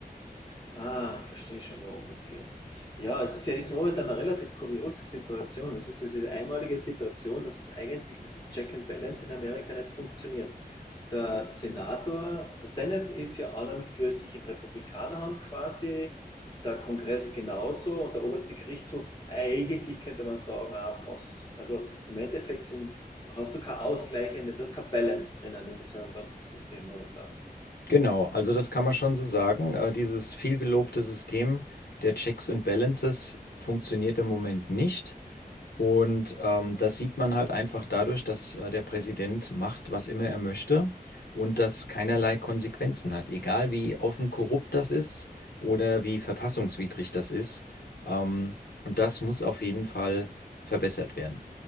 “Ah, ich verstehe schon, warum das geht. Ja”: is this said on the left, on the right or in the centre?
Left